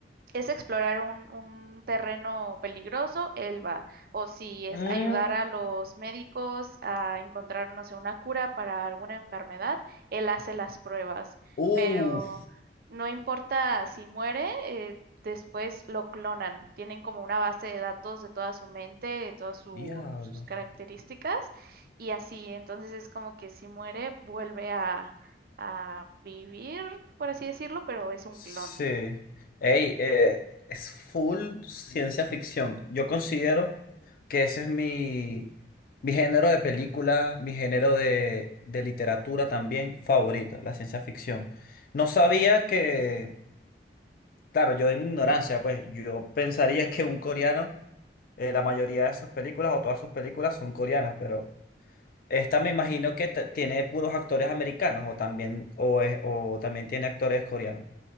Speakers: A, on the right; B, on the left.
A: es explorar un, un terreno peligroso, él va. O si es
B: Mm,
A: ayudar a los médicos a encontrar, no sé, una cura para alguna enfermedad, él hace las pruebas.
B: Uf,
A: Pero no importa si muere, eh, después lo clonan. Tienen como una base de datos de toda su mente, de todas su-
B: diablo.
A: sus características y así. Entonces es como que si muere, vuelve a, a vivir, por así decirlo, pero es un
B: Sí.
A: clon.
B: Ey, eh, es full ciencia ficción. Yo considero que ese es mi, mi género de película, mi género de, de literatura también favorita la ciencia ficción. No sabía que Claro, yo en mi ignorancia, pues yo pensaría que un coreano, eh, la mayoría de sus películas o todas sus películas son coreanas, pero esta me imagino que t- tiene puros actores americanos o también, o, es- o también tiene actores coreanos.